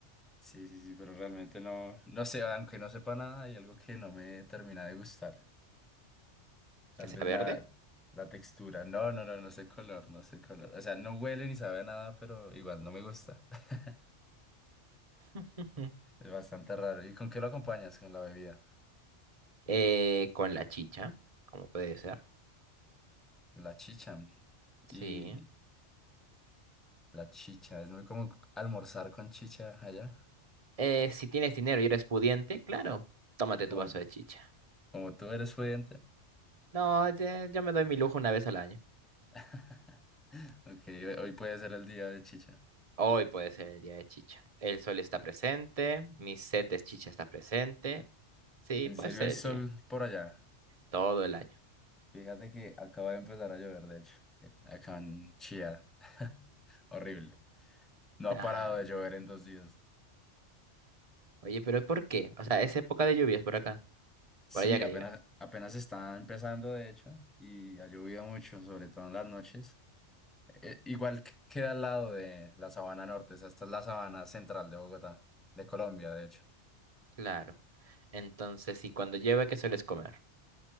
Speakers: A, in the centre; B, on the right.
A: Sí, sí, sí, pero realmente no, no sé, aunque no sepa nada, hay algo que no me termina de gustar. Tal
B: Que sea
A: vez
B: verde,
A: la, la textura. No, no, no, no sé el color, no sé el color. O sea, no huele ni sabe a nada, pero igual no me gusta. <laughs>
B: Ujú.
A: Es bastante raro. ¿Y con qué lo acompañas? Con la bebida.
B: eh, con la chicha, como puede ser.
A: La chicha. Y
B: Sí.
A: la chicha, es muy como almorzar con chicha allá.
B: Eh, si tienes dinero y eres pudiente, claro, tómate
A: Como,
B: tu vaso de chicha.
A: como tú eres pudiente.
B: No, ya- yo me doy mi lujo una vez al año.
A: <laughs> Ok, hoy hoy puede ser el día de chicha.
B: Hoy puede ser el día de chicha. El sol está presente, mi sed de chicha está presente. Sí,
A: ¿En
B: puede
A: serio
B: ser
A: hay
B: el
A: sol
B: día,
A: por allá?
B: todo el año.
A: Fíjate que acaba de empezar a llover, de hecho, acá en Chía. <laughs> Horrible. No ha
B: Ah,
A: parado de llover en dos días.
B: oye, pero ¿por qué? O sea, es época de lluvias por acá,
A: Sí,
B: por allá que
A: apenas,
B: diga.
A: apenas está empezando, de hecho, y ha llovido mucho, sobre todo en las noches. Eh, igual que- queda al lado de la Sabana Norte, o sea, esta es la Sabana Central de Bogotá, de Colombia, de hecho.
B: Claro. Entonces, si cuando llueve, ¿qué sueles comer?